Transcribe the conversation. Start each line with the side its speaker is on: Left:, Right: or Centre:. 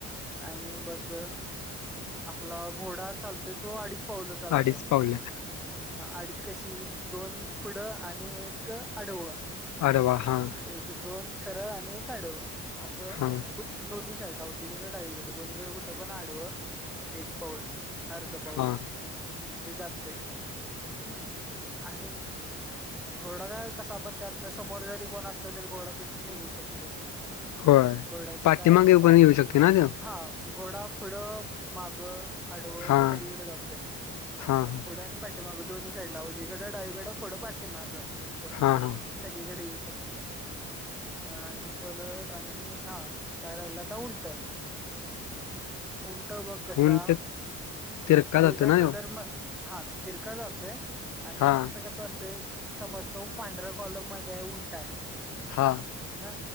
Centre: आणि बघ आपला घोडा चालतोय तो अडीच पावल चालतोय
Left: अडीच पावलं
Centre: अडीच कशी दोन पुढं आणि एक आडव
Left: आडवा हां,
Centre: एक दोन सरळ आणि एक आडव असं
Left: हां,
Centre: दु दोन साईड ला उजवीकडं डावीकडे दोन्हीकडे कुठं पण आडवं एक पाऊल अर्ध पाऊल
Left: हां,
Centre: ते जात हम् आणि घोडा काय कसा आपण त्यातून समोर जरी कोण असलं तरी घोडा तिथनं निघू शकतोय.
Left: होय.
Centre: घोड्याच
Left: पाठीमागे
Centre: काय नाही
Left: पण येऊ शकते ना त्यो?
Centre: हा घोडा पुढ माग आडवं
Left: हां,
Centre: सगळीकडे जातोय
Left: हां, हां,
Centre: पुढ आणि पाठी दोन्ही साईडला उजवीकड डावीकड पुढं पाठी माग असं
Left: हां, हां,
Centre: सगळीकडे येऊ शकत. आणि परत आणि हा. काय राहिल आता उंट. उंट बघ कसा
Left: उंट तिरका
Centre: तुझ्या
Left: जातो ना ह्यो?
Centre: कलर म हा तिरका जातोय आणि
Left: हां,
Centre: फक्त कसं असतंय. समज तो पांढऱ्या कॉलम मध्ये उंट आहे.
Left: हा
Centre: हा